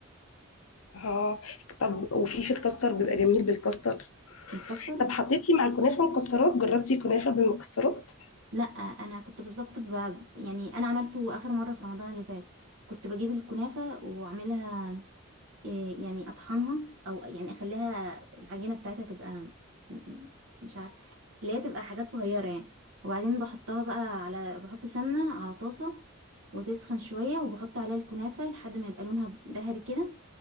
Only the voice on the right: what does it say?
الكاسترد
لا انا كنت بالظبط ب... يعني انا عملته اخر مره في رمضان اللي فات كنت بجيب الكنافه واعملها إيه يعني اطحنها او يعني اخليها العجينه بتاعتها تبقى م- م- مش عارفه اللي هي تبقى حاجات صغيره يعني وبعدين بحطها بقى على بحط سمنه على طاسه وتسخن شويه وبحط عليها الكنافه لحد ما يبقى لونها ذهبي كده